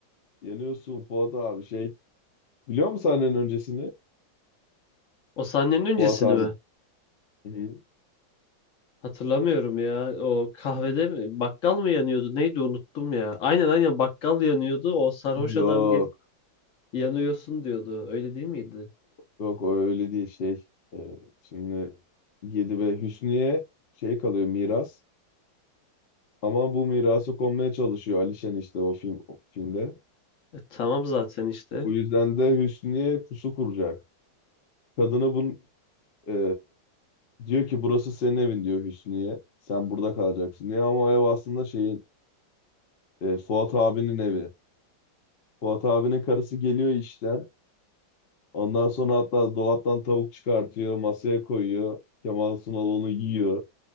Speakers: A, on the left (about 75°); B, on the left (about 50°).
A: Yanıyorsun Fuat abi şey. Biliyor musun sahnenin öncesini?
B: O sahnenin öncesini
A: Fuat abi.
B: mi?
A: Hı. hı.
B: Hatırlamıyorum ya. O kahvede mi? Bakkal mı yanıyordu? Neydi unuttum ya. Aynen aynen bakkal yanıyordu. O sarhoş
A: Yok.
B: adam gelip yanıyorsun diyordu. Öyle değil miydi?
A: Yok o öyle değil şey. Ee, şimdi Yedi Bela Hüsnü'ye şey kalıyor miras. Ama bu mirası konmaya çalışıyor Alişen işte o film o filmde.
B: E, tamam zaten işte.
A: Bu yüzden de Hüsnü'ye pusu kuracak. Kadını bun, e, Diyor ki burası senin evin diyor Hüsnü'ye. Sen burada kalacaksın diyor ama o ev aslında şeyin e, Fuat abinin evi. Fuat abinin karısı geliyor işten. Ondan sonra hatta dolaptan tavuk çıkartıyor, masaya koyuyor. Kemal Sunal onu yiyor.